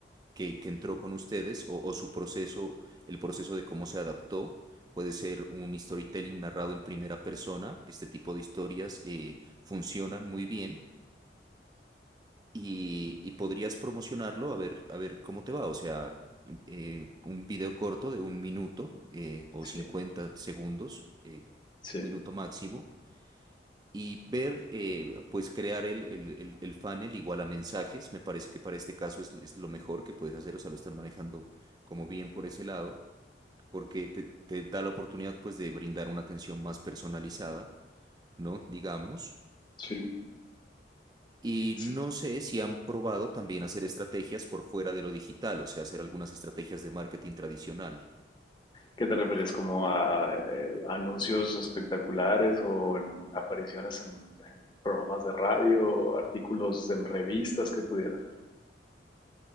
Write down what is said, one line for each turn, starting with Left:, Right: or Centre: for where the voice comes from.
Right: que, que entró con ustedes o, o su proceso, el proceso de cómo se adaptó. Puede ser un storytelling narrado en primera persona. Este tipo de historias eh, funcionan muy bien y, y podrías promocionarlo a ver, a ver cómo te va. O sea, eh, un video corto de un minuto eh, o cincuenta
Left: sí,
Right: segundos, eh,
Left: sí,
Right: un minuto máximo y ver, eh, pues crear el, el, el- el funnel igual a mensajes. Me parece que para este caso es, es lo mejor que puedes hacer, o sea, lo están manejando como bien por ese lado, porque te, te da la oportunidad pues de brindar una atención más personalizada, ¿no? Digamos.
Left: sí,
Right: Y
Left: sí.
Right: no sé si han probado también hacer estrategias por fuera de lo digital, o sea, hacer algunas estrategias de marketing tradicional.
Left: ¿Qué te refieres? ¿Como a eh, anuncios espectaculares o en apariciones en, en programas de radio, artículos en revistas que pudiera hacer?